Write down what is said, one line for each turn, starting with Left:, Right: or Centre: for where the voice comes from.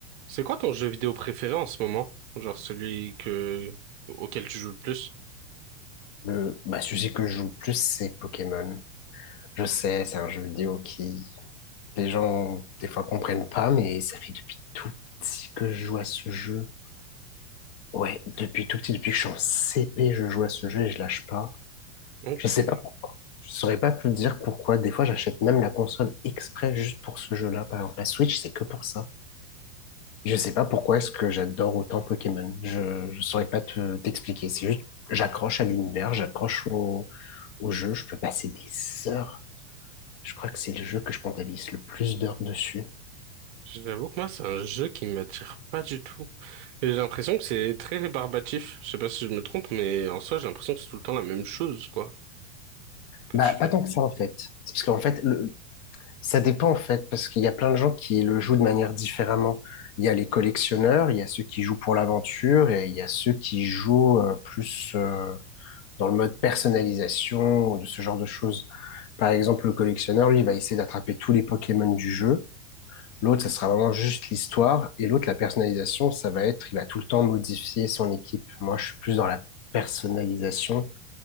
Right: C'est quoi ton jeu vidéo préféré en ce moment? Genre celui que auquel tu joues le plus?
Left: Le bah, sujet que je joue le plus, c'est Pokémon. Je sais, c'est un jeu vidéo qui les gens des fois comprennent pas, mais ça fait depuis tout petit que je joue à ce jeu. Ouais, depuis tout petit, depuis que je suis en CP, je joue à ce jeu et je lâche pas.
Right: Ok.
Left: Je sais pas, je saurais pas plus dire pourquoi. Des fois, j'achète même la console exprès juste pour ce jeu-là. Par exemple, la Switch, c'est que pour ça. Je sais pas pourquoi est-ce que j'adore autant Pokémon. Je, je saurais pas te, t'expliquer. C'est juste, j'accroche à l'univers, j'accroche au, au jeu. Je peux passer des heures Je crois que c'est le jeu que je comptabilise le plus d'heures dessus.
Right: J'avoue que moi, c'est un jeu qui m'attire pas du tout. J'ai l'impression que c'est très rébarbatif. Je sais pas si je me trompe, mais en soi, j'ai l'impression que c'est tout le temps la même chose, quoi, que
Left: Bah,
Right: tu fais.
Left: pas tant que ça en fait. C'est parce qu'en fait, le- ça dépend en fait, parce qu'il y a plein de gens qui le jouent de manière différemment. Il y a les collectionneurs, il y a ceux qui jouent pour l'aventure et il y a ceux qui jouent euh, plus euh, dans le mode personnalisation ou de ce genre de choses. Par exemple, le collectionneur, lui, il va essayer d'attraper tous les Pokémon du jeu. L'autre, ça sera vraiment juste l'histoire. Et l'autre, la personnalisation, ça va être, il va tout le temps modifier son équipe. Moi, je suis plus dans la personnalisation.